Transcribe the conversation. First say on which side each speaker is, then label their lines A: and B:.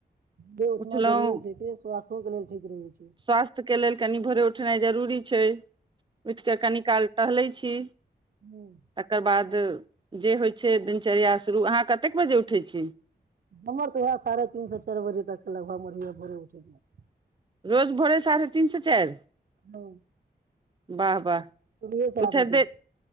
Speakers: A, on the right; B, on the right.
A: जे उठना
B: उठलहुँ
A: जरूरी छै कि स्वास्थो के लेल ठीक रहै छै।
B: स्वास्थ्यके लेल कनि भोरे उठनाइ जरूरी छै। उठ कऽ कनी काल टहले छी। से
A: हूँ
B: तकर बाद जे होइ छै दिनचर्या शुरू। अहाँ कतेक बजे उठै छी?
A: हमर तऽ ओहे साढ़े तीन से चार बजे तक के लगभग में रहैया भोरे उठे के।
B: रोज भोरे साढ़े तीन से चारि?
A: हाँ
B: वाह वाह
A: शुरूए से
B: उठैत
A: आदते
B: देर
A: छै।